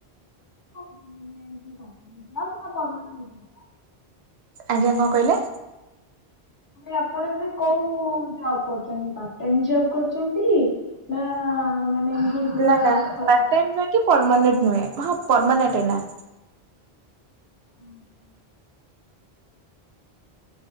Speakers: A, on the left; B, on the right.
A: <unintelligible>
B: ଆଜ୍ଞା କଣ କହିଲେ?
A: ମାନେ ଆପଣ ଏବେ କୋଉ ଜବ୍ କରୁଛନ୍ତି ପାର୍ଟ ଟାଇମ୍ ଜଵ୍ କରୁଛନ୍ତି? ନା ମାନେ ପୁରା
B: ନାଁ ନାଁ
A: ତାହେଲେ
B: ପାର୍ଟ ଟାଇମ୍ ନୁହଁ କି ପର୍ମାନେଣ୍ଟ ନୁହେଁ ହଁ ପର୍ମାନେଣ୍ଟ ହେଲା।
A: ହୁଁ ହୁଁ।